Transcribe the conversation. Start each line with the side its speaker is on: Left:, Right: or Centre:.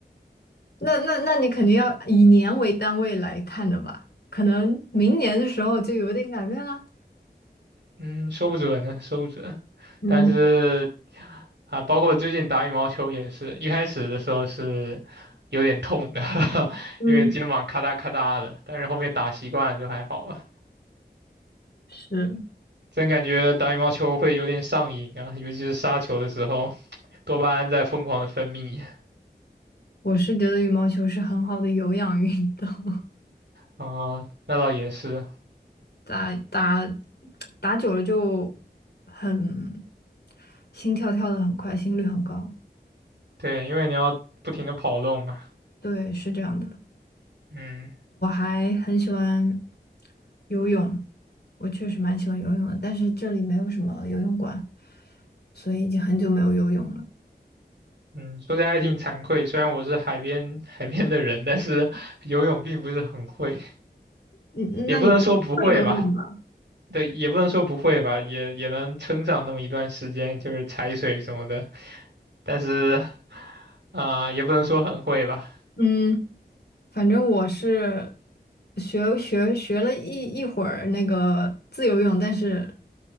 Left: 那那那你肯定要以年为单位来看的吧？可能明年的时候就有点改变了。
Right: 嗯，说不准呢，说不准。
Left: 嗯
Right: 但是啊，包括最近打羽毛球也是，一开始的时候是有点痛的，<laughs>
Left: 嗯，
Right: 因为肩膀咔嗒咔嗒的，但是后面打习惯了就还好了。
Left: 是，
Right: 真感觉打羽毛球会有点上瘾啊，尤其是杀球的时候，多巴胺在疯狂的分泌
Left: 我是觉得羽毛球是很好的有氧运动。<laughs>
Right: 啊，那倒也是。
Left: 打打打久了就很心跳跳的很快，心率很高。
Right: 对，因为你要不停的跑动嘛。
Left: 对，是这样的。
Right: 嗯
Left: 哎，很喜欢游泳，我确实蛮喜欢游泳的，但是这里没有什么游泳馆，所以已经很久没有游泳了。
Right: 嗯，说起来还挺惭愧，虽然我是海边海边的人，但是 <laughs> 游泳并不是很会，
Left: 嗯，
Right: 也不能说不会吧，
Left: 那你会游泳吗？
Right: 对，也不能说不会吧，也也能撑上那么一段时间，就是踩水什么的，但是，啊、呃也不能说很会吧。
Left: 嗯，反正我是学学学了一一会儿那个自由泳，但是